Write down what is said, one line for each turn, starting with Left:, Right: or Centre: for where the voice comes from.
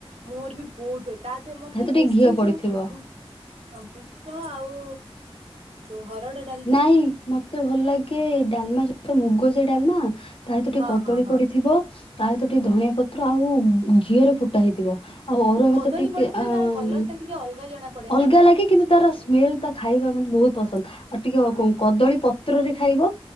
Right: ମୋର ବି ବହୁତ ଭଲ ତା ଦେହରେ ମତେ
Left: ସହିତ ଟିକେ
Right: ବେଶୀ
Left: ଘିଅ ପଡିଥିବ
Right: ଯୋଉ ହଁ ବୁଟ ଆଉ ଯୋଉ ହରଡ ଡାଲି
Left: ନାଇଁ ମତେ ଭଲ ଲାଗେ ଡାଲମା ସହିତ ମୁଗ ଯାଇ ଡାଲମା। ତା ସହିତ ଟିକେ
Right: ହଁ
Left: କଦଳୀ
Right: ହଁ ହଁ
Left: ପଡିଥିବ ତା ସହିତ ଟିକେ ଧଣିଆ ପତ୍ର ଆଉ ଘଅରେ ଫୁଟା ହେଇଥିବ। ଆଉ ଅରୁଆ
Right: କଦଳୀ
Left: ଭାତରେ ଟିକେ
Right: ପଡିଥିଲେ
Left: ଅ
Right: ତାର କଲର ଟା ଟିକେ ଅଲଗା ଜଣା ପଡେ ନା।
Left: ଅଲଗା ଲାଗେ କିନ୍ତୁ ତାର ସ୍ମେଲ ତା ଖାଇବା ମତେ ବହୁତ
Right: ହଁ
Left: ପସନ୍ଦ ଆଉ ଟିକେ
Right: ହଁ
Left: କ
Right: ହଁ
Left: କଦଳୀ ପତ୍ରରେ ଖାଇବ